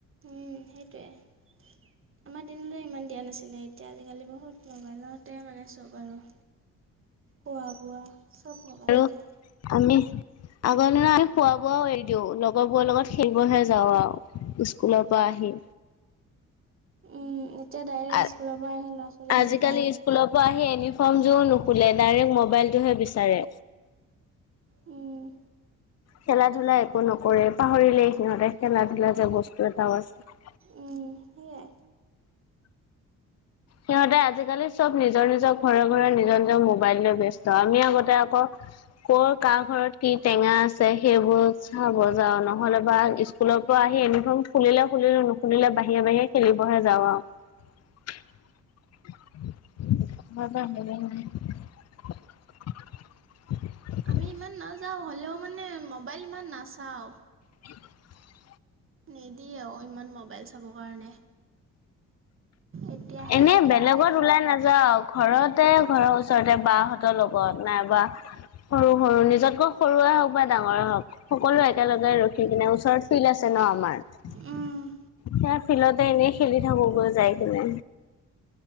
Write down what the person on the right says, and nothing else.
উম, সেইটোৱে। আমাৰ দিনটোৱে ইমান দিয়া নাছিলে, এতিয়া আজিকালি বহুত ম'বাইলতে মানে চব আৰু। খোৱা বোৱা চব ম'বাইলতে।
উম, এতিয়া ডাইৰেক্ট
স্কুলৰ পৰা আহি ল'ৰা ছোৱালীৰ মোবাইল
উম,
উম, সেয়াই।
আমি ইমান নাযাওঁ, হ'লেও মানে ম'বাইল ইমান নাচাওঁ।
নিদিয়েও ইমান ম'বাইল চাব কাৰণে। এতিয়াহে
একেবাৰে
উম,